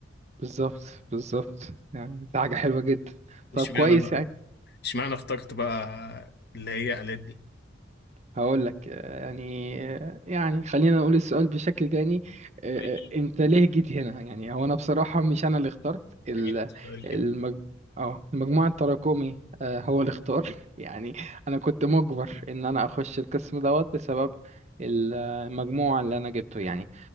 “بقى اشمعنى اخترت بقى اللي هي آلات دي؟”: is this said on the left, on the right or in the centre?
Left